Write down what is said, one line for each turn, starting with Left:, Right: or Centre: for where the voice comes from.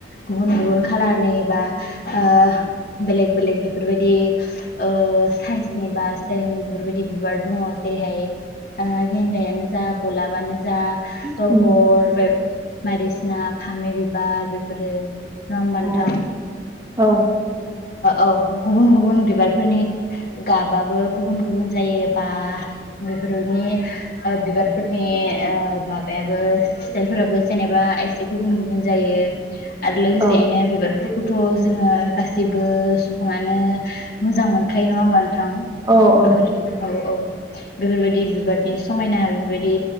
Left: गुबुन गुबुन खालारनि बा ओ बेलेग बेलेक बेफोरबायदि ओ साइसनि बा स्टाइलनि बेफोरबायदि बिबार दङ। जेरैहाय ओ गेन्दायानो जा गलाबानो जा
Right: <unintelligible>
Left: खर बे बायदिसिना फामि बिबार बेफोरो नङा होमबा
Right: औ
Left: नोंथां?
Right: औ
Left: औ, गुबुन गुबुन बिबारफोरनि गाबाबो गुबुन गुबुन जायो बा बेफोरनि ओ बिबारफोरनि ओ माबाया बो स्टाइल फोराबो जेनोबा एसे गुबुन गुबुन जायो आरो लोगोसेनो
Right: औ
Left: बिबारफोर खौथ' जोङो गासैबो सुबुङानो मोजां मोनखायो नङामोन होनबा थां
Right: औ औ
Left: बबेफोर औ औ। बेफोरबायदि बिबारनि समायना बेफोरबायदि